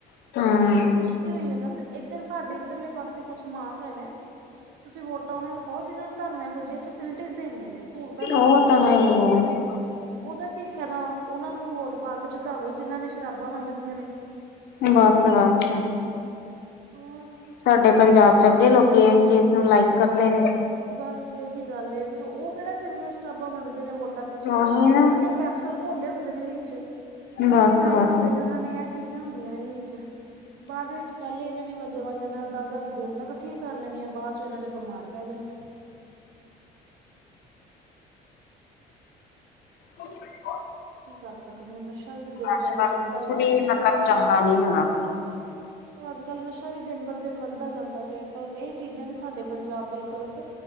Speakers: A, on the left; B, on the right.
A: ਹੂੰ,
B: ਕੀਤੀ ਹੋਈ ਐ ਨਾ ਤੇ ਐਦਰ ਸਾਡੇ <unintelligible> ਇੱਧਰਲੇ ਪਾਸੇ ਕੁਛ ਮਾਫ਼ ਹੈਗਾ ਤੁਸੀਂ ਵੋਟਾਂ ਉਹਨਾਂ ਨੂੰ ਪਾਓ ਜਿਨ੍ਹਾਂ ਨੇ ਤੁਹਾਨੂੰ ਇਹੋ ਜਿਹੀਆਂ ਫੈਸਿਲਿਟੀਜ਼ ਦੇਣੀਆਂ ਨੇ ਸਹੂਲਤਾਂ ਦੇਣੀਆਂ
A: ਉਹ
B: ਨੇ
A: ਤਾਂ
B: ਜਿਨ੍ਹਾਂ
A: ਹੈ
B: ਨੇ ਤੁਹਾਨੂੰ
A: ਈ
B: ਉਹਦਾ ਕੀ ਫਾਇਦਾ ਉਹਨਾਂ ਨੂੰ ਵੋਟ ਪਾ ਕੇ ਚਤਾ ਦੋ ਜਿਹਨਾਂ ਨੇ ਸ਼ਰਾਬਾਂ ਵੰਡਣੀਆਂ ਨੇ
A: ਬਸ ਬੱਸ
B: ਹੋਰ
A: ਸਾਡੇ ਪੰਜਾਬ ਚ ਅੱਗੇ ਲੋਕੀ ਇਸ ਚੀਜ਼ ਨੂੰ ਲਾਈਕ ਕਰਦੇ ਨੇ
B: ਬਸ ਜੀ ਇਹੀ ਗੱਲ ਏ ਉਹ ਕਿਹੜਾ ਚੰਗੀਆਂ ਸ਼ਰਾਬਾਂ ਵੰਡਦੇ ਨੇ ਵੋਟਾਂ ਪਿੱਛੇ
A: ਉਹੀ ਨਾ
B: ਉਹਨਾਂ ਨੇ ਕੈਪਸੂਲ ਘੋਲੇ ਹੁੰਦੇ ਨੇ ਵਿੱਚ ਟੀਕੇ
A: ਬਸ-ਬਸ
B: ਲਾਏ ਹੁੰਦੇ
A: ਹੂੰ।
B: ਨੇ ਉਹਨਾਂ ਨੇ ਇਹ ਚੀਜ਼ਾਂ ਹੁੰਦੀਆਂ ਨੇ ਇਹ ਵਿੱਚ ਬਾਅਦ ਵਿੱਚ ਪਹਿਲਲੇ ਇਹਨਾਂ ਨੇ ਮ ਜਿਾਂ ਜਿਨਾਂ ਦਸ ਦਸ ਬੋਤਲਾਂ ਇਕੱਠੀਆਂ ਕਰ ਲੈਣੀਆਂ ਬਾਅਦ ਚ ਇਹਨਾਂ ਨੇ ਬਿਮਾਰ ਪੈ ਜਾਣਾ
A: ਹ <unintelligible>
B: ਕੀ ਕਰ ਸਕਦੇ ਹਾਂ ਨਸ਼ਾ ਵੀ ਤਾਂ ਦਿਨ
A: ਅੱਜ-ਕੱਲ
B: ਬਰ ਦਿਨ ਵੱਧਦਾ
A: ਕੁਛ
B: ਜਾਂਦਾ
A: ਵੀ
B: ਪਿਆ
A: ਮਤਲਬ ਚੰਗਾ ਨੀ ਹੈਗਾ
B: ਰ ਅੱਜ ਕੱਲ੍ਹ ਨਸ਼ਾ ਵੀ ਦਿਨ ਬਰ ਦਿਨ ਵੱਧਦਾ ਜਾਂਦਾ ਪਿਆ ਪਰ ਇਹ ਚੀਜ਼ਾਂ ਨੇ ਸਾਡੇ ਪੰਜਾਬ ਵੱਲ ਗ਼ਲਤ